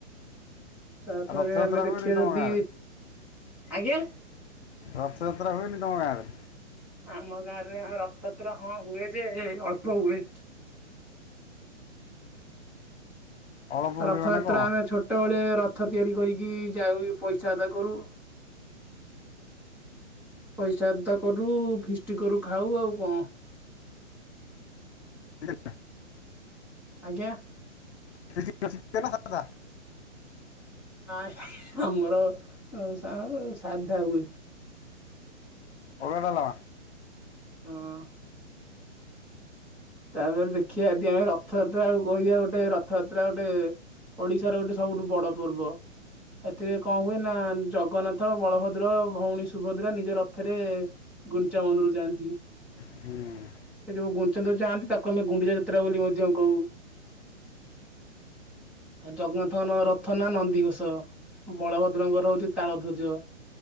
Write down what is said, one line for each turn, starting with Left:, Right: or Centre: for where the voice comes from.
Centre: ତାପରେ
Left: ଆଉ ରଥଯାତ୍ରା
Centre: ଆମେ ଦେଖିବା
Left: ହୁଏନି
Centre: ଯଦି
Left: ତମ ଗାଁରେ
Centre: ଆଜ୍ଞା
Left: ରଥଯାତ୍ରା ହୁଏନି ତମ ଗାଁରେ
Centre: ଆମ ଗାଁ ରେ ରଥଯାତ୍ରା ହଁ ହୁଏ ଯେ ଅଳ୍ପ ହୁଏ
Left: ଅଳପ ହୁଏ
Centre: ରଥଯାତ୍ରା
Left: ମାନେ କଣ?
Centre: ଆମେ ଛୋଟବେଳେ ରଥ ରଥ ତିଆରି କରିକି ଯାଉ ପଇସା ଆଦା କରୁ ପଇସା ଅଦା କରୁ ଫିଷ୍ଟଟି କରୁ ଖାଉ ଆଉ କଣ
Left: ହ <inaudible>
Centre: ଆଜ୍ଞା
Left: ଖାତା
Centre: ନାଇଁ ଆମର ସା ସାଧା ହୁଏ
Left: ଅରୁଆ ଡାଲମା
Centre: ହଁ ତାପରେ ଦେଖିବା ଯଦି ଆମେ ରଥଯାତ୍ରା କହିବା ଗୋଟେ ରଥଯାତ୍ରା ଗୋଟେ ଓଡିଶାର ଗୋଟେ ସବୁଠୁ ବଡ ପର୍ବ ଏଥିରେ କଣ ହୁଏ ନା ଜଗନ୍ନାଥ ବଳଭଦ୍ର ଭଉଣୀ ସୁଭଦ୍ରା ନିଜ ରଥରେ ଗୁଞ୍ଚାମନ୍ଦିର ଜୟନ୍ତୀ
Left: ହୁଁ
Centre: ସେ ଯୋଉ ଗୁଚନ୍ଦ ଚାହାନ୍ତି ତାକୁ ଆମେ ଗୁଣ୍ଡିଚା ଯାତ୍ରା ବୋଲି ମଧ୍ୟ କହୁ ଆଉ ଜଗନ୍ନାଥଙ୍କ ରଥ ନା ନନ୍ଦୀଘୋଷ ବଳଭଦ୍ରଙ୍କର ହଉଛି ତାଳ ଧ୍ୱଜ